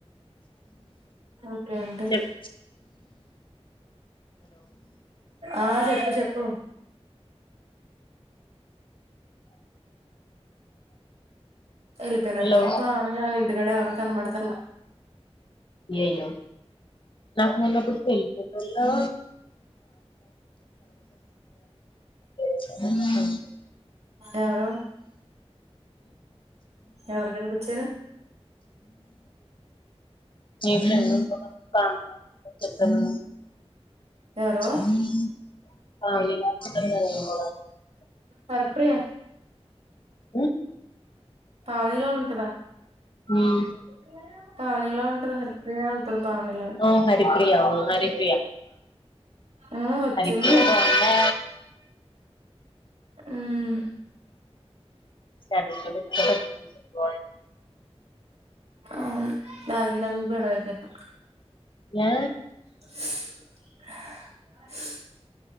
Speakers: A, on the right; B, on the left.
A: ఇంకేంటి
B: చెప్
A: ఆ చెప్పు చెప్పు వెళ్లిపోయినట్టుంది
B: హలో
A: పా నింటికాడ ఎవర కనబడతన్ల
B: ఏయ నక్ మొన్న పెళ్లి ఫోటోలో <unintelligible>
A: ఎవరు ఎవరు కనిపిచ్చారు
B: <inaudible> <inaudible>
A: ఎవరో హరిప్రియ
B: హ్మ్
A: తానీలా ఉంటదా
B: ఉమ్
A: <inaudible> పానీలా ఉంటంది హరిపయ ఉంటంది పావనీలా
B: ఆ హరిప్రియ అవును హరిప్రియ
A: ఉమ్ ఒచ్చింది.
B: హరిప్రియ బాగుందా
A: ఉమ్
B: <inaudible>
A: అవును దానికి నాకు గొడవపోయిందప్పుడు
B: ఏ
A: <inaudible>